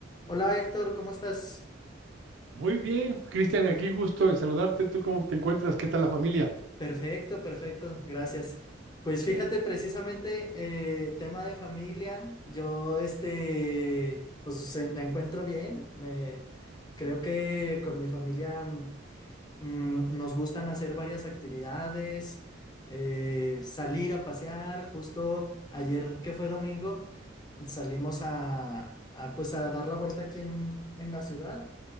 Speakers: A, on the left; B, on the right.
A: Hola Héctor, ¿cómo estás?
B: Muy bien, Cristian, aquí gusto en saludarte. ¿Tú cómo te encuentras? ¿Qué tal la familia?
A: Perfecto, perfecto, gracias. Pues fíjate, precisamente eh, tema de familia, yo este, pues se- la encuentro bien, me, creo que con mi familia mm, mm, nos gustan hacer varias actividades, eh, salir a pasear, justo ayer que fue domingo, salimos a, a, pues a dar la vuelta aquí en, en la ciudad.